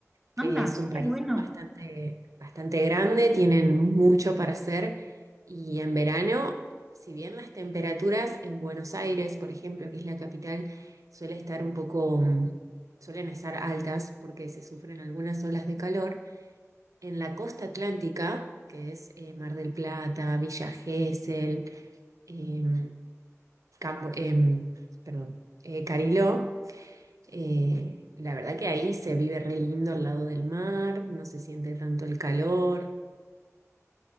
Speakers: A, on the right; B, in the centre.
A: que
B: Anda,
A: es un país
B: qué bueno.
A: bastante, bastante grande, tienen mucho para hacer y en verano, si bien las temperaturas en Buenos Aires, por ejemplo, que es la capital, suele estar un poco, mm, suelen estar altas porque se sufren algunas olas de calor, en la costa atlántica, que es eh, Mar del Plata, Villa Gesell, em, Campo- em, perdón, eh, Cariló, eh, la verdad que ahí se vive re lindo al lado del mar, no se siente tanto el calor.